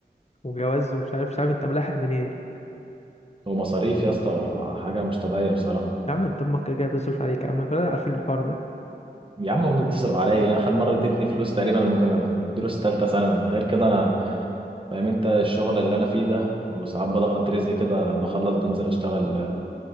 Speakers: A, on the left; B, on the right.
A: وجواز ومش عارف مش عارف انت ملاحق منين
B: ومصاريف يا اسطى وحاجه مش طبيعيه بصراحه
A: يا عم انت امك كده كده بتصرف عليك يا عم كلنا عارفين الحوار ده
B: يا عم امي بتصرف عليا يعني اخر مره ادتني فلوس تقريبا لما كنا في دروس ثالثه ثانوي غير كده انا فاهم انت الشغل اللي انا فيه ده وساعات بلقط رزقي كده بخلص بنزل اشتغل